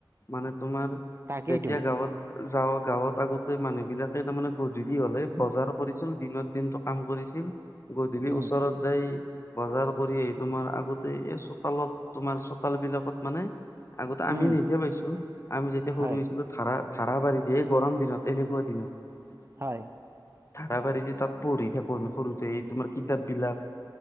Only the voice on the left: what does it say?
মানে তোমাৰ
যেতিয়া গাঁৱত যাওঁ গাঁৱত আগতে মানুহ বিলাকে তাৰমানে গধূলি হলে বজাৰ কৰিছিল দিনৰত দিনটো কাম কৰিছিল গধূলি
ওচৰত যায় বজাৰ কৰি আহি তোমাৰ আগতে এই চোতালত তোমাৰ চোতাল বিলাকত মানে। আগতে আমি
নিজে পাইছো আমি যেতিয়া সৰু
হৈছিলো ধাৰা ধাৰা বাঢাৰি দিয়ে গৰম। দিনত এনেকুৱা দিনত।
ধাৰাবাৰিতে তাত পঢ়ি থাকো আমি সৰুতে তোমাৰ কিতাপ বিলাক,